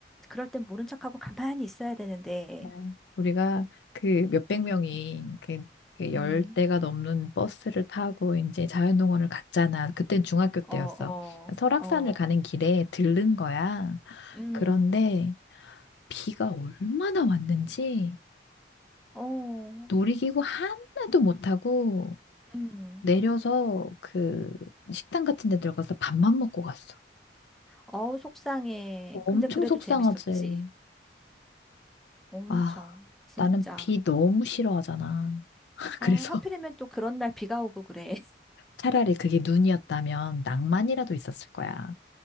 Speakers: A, in the centre; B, on the left.
A: 그럴 땐 모른 척하고 가만히 있어야 되는데.
B: 자, 우리가 그 몇백
A: 음,
B: 명이 그, 그 열대가
A: 음.
B: 넘는 버스를 타고 이제 자연동원을 갔잖아. 그땐 중학교 때였어.
A: 어, 어,
B: 설악산을
A: 어.
B: 가는 길에 들른 거야.
A: 음,
B: 그런데 비가 얼마나 왔는지
A: 어.
B: 놀이기구 하나도 못 타고
A: 음.
B: 내려서 그 식당 같은 데 들어가서 밥만 먹고 갔어.
A: 어우, 속상해.
B: 엄청
A: 근데 그래도
B: 속상하지.
A: 재밌었지. 엄청.
B: 아,
A: 진짜.
B: 나는 비 너무 싫어하잖아. <laughs> 그래서
A: 어, 하필이면 또 그런 날 비가 오고 그래. <laughs>
B: 차라리 그게 눈이었다면 낭만이라도 있었을 거야.